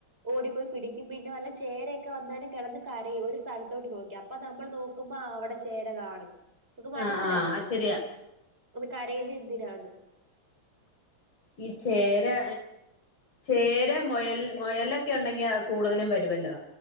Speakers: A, on the right; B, on the left.
A: ഓടിപ്പോയി പിടിക്കും പിന്നെ വല്ല ചേരയൊക്കെ വന്നാലും കിടന്ന് കരയും ഒരു സ്ഥലത്തോട്ട് നോക്കി അപ്പൊ നമ്മൾ നോക്കുമ്പോ അവിടെ അവിടെ ചേര കാണും നമുക്ക് മനസ്സിലാവും
B: ആ ആ ശരിയാ
A: നിന്ന് കരയുന്ന എന്തിനാന്ന്
B: ഈ ചേരാ ചേര മുയൽ മുയലൊക്കെ ഉണ്ടെങ്കി കൂടുതലും വരുമല്ലോ